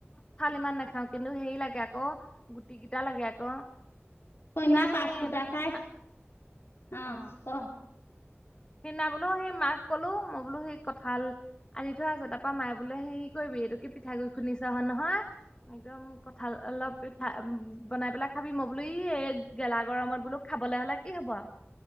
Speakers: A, on the left; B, on the left.
A: ভাল ইমান নাখাও কিন্তু হেৰি লাগে আকৌ গুটি কিটা লাগে আক।
B: সন্ধ্যা
A: কিনা
B: পাঁচ
A: সেই
B: ফুটা
A: এইটো কি
B: খাই
A: কয়
B: অঁ
A: অহ।
B: ক
A: সেইদিনা বোলো সেই মাক কলো মই বোলো সেই কঁঠাল আনি থোৱা আছে তাৰ পৰা মায়ে বোলে হেৰী কৰিবি এইটোকে পিঠাগুড়ি খুন্দি চাও নহয় নে নহয় একদম কঁঠাল অলপ উ বনাই পেলাই খাবি মই বোলো ই এ গেলা গৰমত বোলো খাবলে হলে কি হ'ব আও।